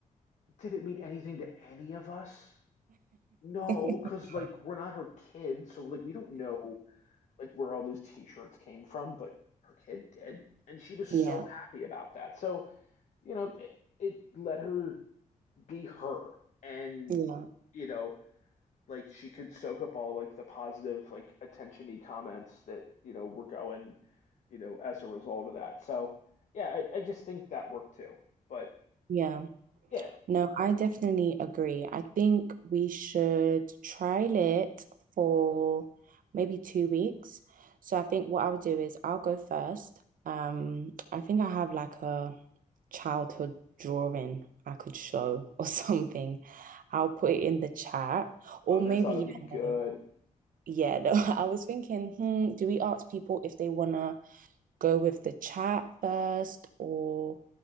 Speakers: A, on the left; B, on the right.
A: did it mean anything to any of us? No,
B: <laughs>
A: because like we're not her kid, so like we don't know like where all those t-shirts came from, but her kid did, and she was
B: Yeah.
A: so happy about that. So, you know, it, it let her be her, and
B: Yeah.
A: you know, like she could soak up all like the positive like attention-y comments that you know were going you know as a result of that so yeah I, I just think that worked too but
B: Yeah.
A: yeah
B: No, I definitely agree. I think we should trial it for maybe two weeks. So I think what I'll do is I'll go first. Um, I think I have like a childhood drawing I could show or <laughs> something. I'll put it in the chat. Or
A: oh this
B: maybe,
A: ought to be good
B: yeah, no. Yeah, no. <laughs> I was thinking, hmm, do we ask people if they wanna go with the chat first, or